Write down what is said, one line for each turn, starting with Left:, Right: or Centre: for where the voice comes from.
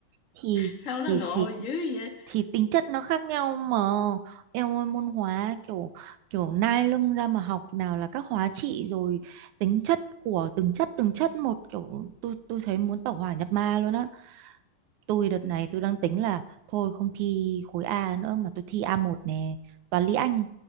Right: thì
Left: sao nó
Right: thì
Left: ngồi
Right: thì
Left: dữ vậy
Right: thì tính chất nó khác nhau mà em ơi môn hóa kiểu kiểu nai lưng ra mà học nào là các hóa trị rồi tính chất của từng chất từng chất một kiểu tôi tôi thấy muốn tẩu hỏa nhập ma luôn á Tôi đợt
Left: ừ.
Right: này tôi đang tính là thôi không thi khối A nữa mà tôi thi a một nè, toán lý Anh.